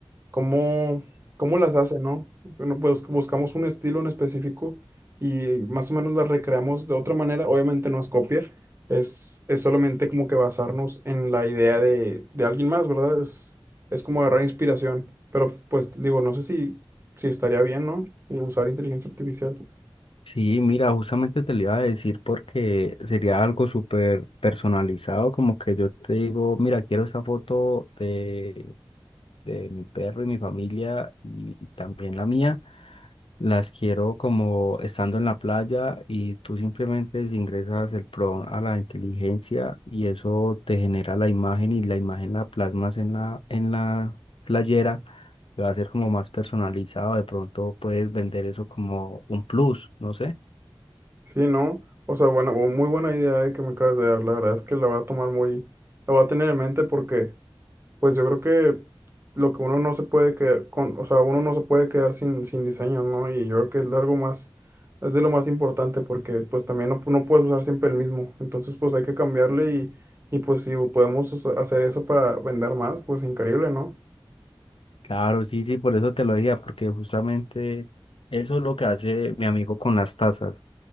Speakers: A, on the right; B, on the left.
A: cómo, cómo las hace, ¿no? Bueno, pues buscamos un estilo en específico y más o menos las recreamos de otra manera. Obviamente no es copiar, es, es solamente como que basarnos en la idea de, de alguien más, ¿verdad? Es, es como agarrar inspiración, pero pues digo, no sé si, si estaría bien, ¿no? Y usar inteligencia artificial.
B: Sí, mira, justamente te lo iba a decir porque sería algo súper personalizado, como que yo te digo, mira, quiero esa foto de, de mi perro y mi familia y también la mía, las quiero como estando en la playa y tú simplemente ingresas el prompt a la inteligencia y eso te genera la imagen y la imagen la plasmas en la, en la playera va a ser como más personalizado, de pronto puedes vender eso como un plus, no sé.
A: Sí, ¿no? O sea, bueno, bu- muy buena idea eh, que me acabas de dar. La verdad es que la voy a tomar muy, la voy a tener en mente porque, pues yo creo que lo que uno no se puede quedar con, o sea, uno no se puede quedar sin, sin diseño, ¿no? Y yo creo que es algo más, es de lo más importante porque, pues también no, no puedes usar siempre el mismo. Entonces, pues hay que cambiarle y, y pues si podemos usa- hacer eso para vender más, pues increíble, ¿no?
B: Claro, sí, sí, por eso te lo decía, porque justamente eso es lo que hace mi amigo con las tazas.